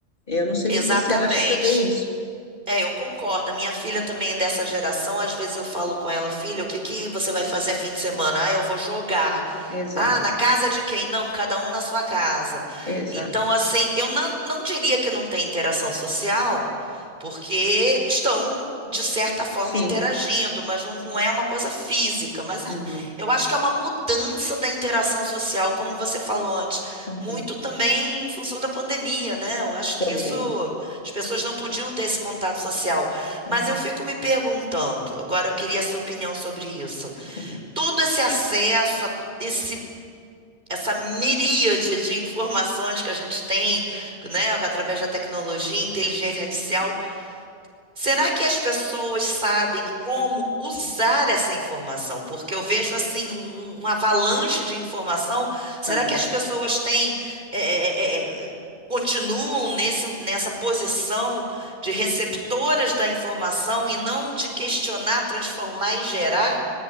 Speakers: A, on the left; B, on the right.
A: Eu não sei
B: Exatamente.
A: se você acha também isso.
B: É, eu concordo. A minha filha também é dessa geração. Às vezes eu falo com ela, filha, o que que você vai fazer fim de semana? Ah, eu vou jogar.
A: Exato,
B: Ah, na casa de quem? Não, cada um na sua casa.
A: exato.
B: Então, assim, eu não, não diria que não tem interação social, porque eles estão, de certa forma,
A: Sim.
B: interagindo, mas não, não é uma coisa física. Mas é-
A: Uhum,
B: eu acho que é uma mudança da interação social, como você falou antes,
A: uhum.
B: muito também em função da pandemia, né? Eu acho
A: Também.
B: que isso. As pessoas não podiam ter esse contato social. Mas
A: Uhum,
B: eu fico me perguntando, agora eu queria a sua opinião sobre isso.
A: uhum.
B: Todo esse acesso, a esse, essa miríade de informações que a gente tem, né, através da tecnologia, inteligência artificial, Será que as pessoas sabem como usar essa informação? Porque eu vejo assim um, um um avalanche de informação. Será
A: Aham.
B: que as pessoas têm eh, eh, eh, continuam nesse, nessa posição de receptoras da informação e não de questionar, transformar e gerar?